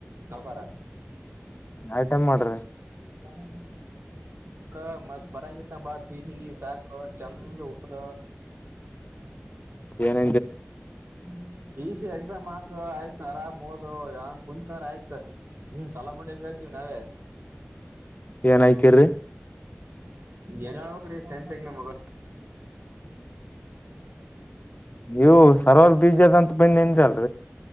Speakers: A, on the right; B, on the left.
A: ಸೌಕಾರ
B: ಐಟಮ್ ಮಾಡ್ರಿ
A: ತಾಮ ಬಿ ಡ ಮ ಬರ ಂಬಾ ಬಿಸಿಿಗೆ ಸಾಕು ಚಂದ್ ಹ್ದ
B: ಏನ
A: <unintelligible> ಎಕ್ಸಾಮ್ ಹಾಕ ಆಯ್ತ ಆರಾಮ್ೋದ ಯಾ ಕುಂತಾರ ಆಯ್ತ ನೀ ಸಲ ಮಾಡಡಿಂಗಯ್ತಿವಿ ನಾವೇ
B: ಏನ್ಯಕ್ರ
A: ಏನಳ್ವ ರೀ ಚೈನ್ ತಂಗನೆ ಮಗ
B: ನೀವು ಸರವಲ್ ಬೀಜದಂತ ಬನ್ನಿ ಎಂದ್ರಲ್ ಕ